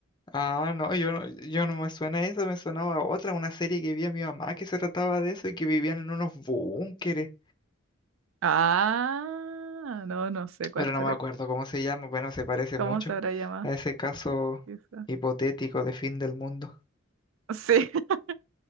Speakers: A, on the left; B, on the right.
A: ah, no, yo no, yo no me suena eso, me sonaba otra, una serie que vi a mi mamá que se trataba de eso y que vivían en unos búnkeres.
B: Ah, no, no sé cuál
A: Pero
B: será.
A: no me acuerdo cómo se llama, bueno, se parece
B: ¿Cómo
A: mucho
B: se habrá llamado?
A: a ese caso
B: Quizá.
A: hipotético de fin del mundo.
B: Sí. <laughs>